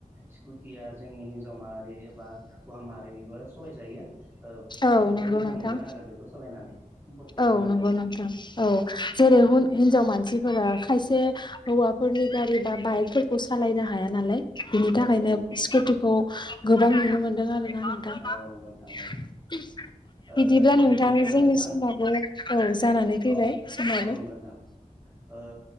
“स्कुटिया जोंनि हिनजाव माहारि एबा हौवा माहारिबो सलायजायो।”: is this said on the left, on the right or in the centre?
Right